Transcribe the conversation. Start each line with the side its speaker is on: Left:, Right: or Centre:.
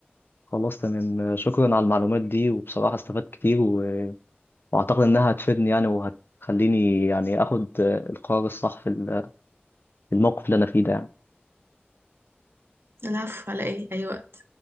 Left: خلاص تمام آه، شكرا على المعلومات دي وبصراحة استفدت كتير و... واعتقد انها هتفيدني يعني وهتخليني يعني اخد آه، القرار الصح في ال- في الموقف اللي انا فيه ده يعني.
Right: العفو على ايه ايوه